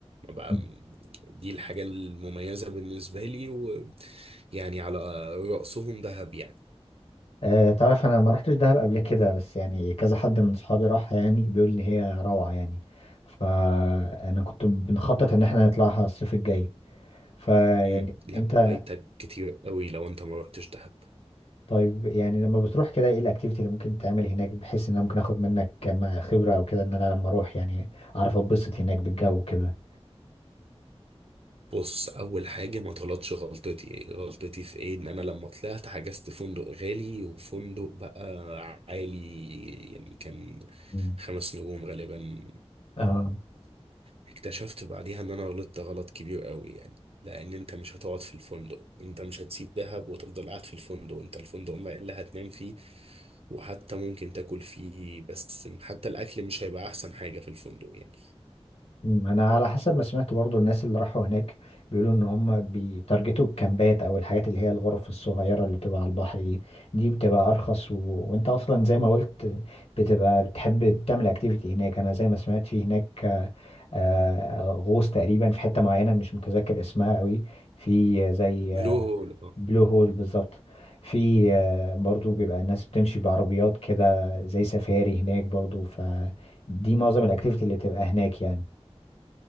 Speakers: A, on the left (about 65°); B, on the right (about 60°).
A: <laughs>
B: ما بقى- دي الحاجه المميزه بالنسبه لي ويعني على رأسهم دهب يعني
A: آه، تعرف انا ما رحتش دهب قبل كده بس يعني كذا حد من صحابي راح يعني بيقول ان هي روعة يعني فانا كنت بنخطط ان احنا نطلعها الصيف الجاي فيعني
B: امم لا
A: انت
B: فايتك كتير قوي لو انت ما رحتش دهب
A: طيب يعني لما بتروح كده ايه الاكتيفيتي اللي ممكن تعمل هناك بحيث ان انا ممكن اخد منك كم خبرة او كده ان انا لما اروح يعني اعرف اتبسط هناك بالجو كده
B: بص اول حاجه ما تغلطش غلطتي غلطتي في ايه ان انا لما طلعت حجزت فندق غالي وفندق بقى عالي يعني كان
A: مم.
B: خمس نجوم غالبا
A: اه
B: فاكتشفت بعديها ان انا غلطت غلط كبير قوي يعني لان انت مش هتقعد في الفندق انت مش هتسيب دهب وتفضل قاعد في الفندق انت الفندق ما اللي هتنام فيه وحتى ممكن تاكل فيه بس حتى الاكل مش هيبقى احسن حاجه في الفندق يعني
A: مم، انا على حسب ما سمعت برضو الناس اللي راحوا هناك بيقولوا ان هم بيتارجتوا الكامبات او الحاجات اللي هي الغرف الصغيره اللي بتبقى على البحر دي دي بتبقى ارخص و... وانت اصلا زي ما قلت بتبقى بتحب تعمل اكتيفيتي هناك انا زي ما سمعت في هناك آه، آه، غوص تقريبا في حته معينه مش متذكر اسمها قوي في زي
B: بلو هول
A: بلو هول بالظبط في آه، برضو بيبقى الناس بتمشي بعربيات كده زي سفاري هناك برضو فدي معظم الاكتيفيتي اللي بتبقى هناك